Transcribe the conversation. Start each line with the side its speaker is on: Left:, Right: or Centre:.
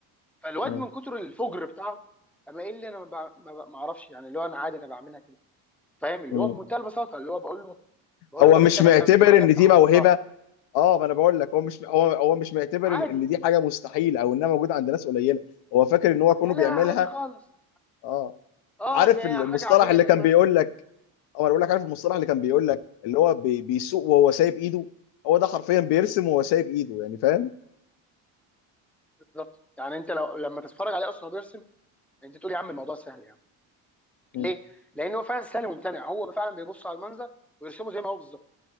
Centre: فالواد
Left: مم.
Centre: من كتر الفجر بتاعه اما ايه اللي انا ما بع- ما بع- ما اعرفش يعني اللي هو انا عادي انا بعملها كده فاهم اللي
Left: مم.
Centre: هو بمنتهى البساطه اللي هو بقول له بقول
Left: هو
Centre: له طب
Left: مش
Centre: انت مثلا
Left: معتبر
Centre: في حاجه
Left: ان
Centre: انت
Left: دي
Centre: حافظها
Left: موهبه اه ما انا بقول لك هو مش هو هو مش معتبر
Centre: عادي
Left: ان إن دي حاجه مستحيله او انها موجوده عند ناس قليله هو فاكر ان هو كونه
Centre: لا لا
Left: بيعملها
Centre: عادي خالص
Left: اه
Centre: اه
Left: عارف
Centre: ان هي
Left: المصطلح
Centre: حاجه عاديه
Left: اللي
Centre: الناس
Left: كان
Centre: كلها
Left: بيقول
Centre: بتعملها
Left: لك او انا بقول لك عارف المصطلح اللي كان بيقول لك اللي هو بي- بيسوق وهو سايب ايده هو ده حرفيا بيرسم وهو سايب ايده يعني فاهم
Centre: بالظبط يعني انت لو لما تتفرج عليه اصلا بيرسم انت تقول يا عم الموضوع سهل يعني
Left: مم.
Centre: ليه؟ لان هو فعلا سهل وممتنع هو فعلا بيبص على المنظر ويرسمه زي ما هو بالظبط